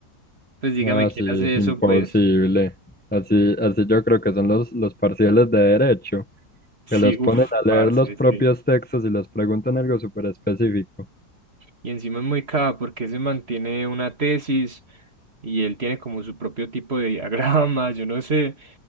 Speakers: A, on the right; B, in the centre.
A: Pues dígame
B: Ah,
A: quién
B: sí,
A: hace
B: imposible.
A: eso, pues.
B: Así, así yo creo que son los, los parciales de derecho,
A: Sí,
B: que los ponen
A: uff,
B: a
A: parce,
B: leer los propios
A: sí.
B: textos y les preguntan algo súper específico.
A: Y encima es muy caro porque se mantiene una tesis y él tiene como su propio tipo de diagrama, <laughs> yo no sé.